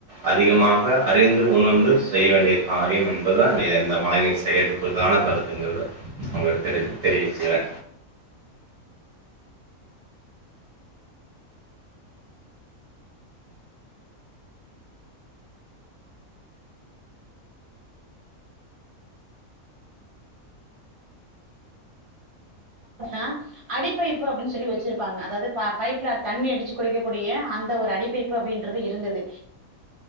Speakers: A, on the right; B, on the right.
A: அதிகமாக அறிந்து உணர்ந்து செய்ய வேண்டிய காரியம் என்பதுதான் இந்த மழைநீர் சேகரிப்புக்கான கருத்துங்கிறத நா உங்க கிட்ட தெரி தெரி
B: ஆ அடிப்பைப்பு அப்படின்னு சொல்லி வச்சிருப்பாங்க அதாவது ப பைப்புல தண்ணி அடிச்சு குடுக்க குடிய அந்த ஒரு அடிப்பைப்பு அப்படின்றது இருந்தது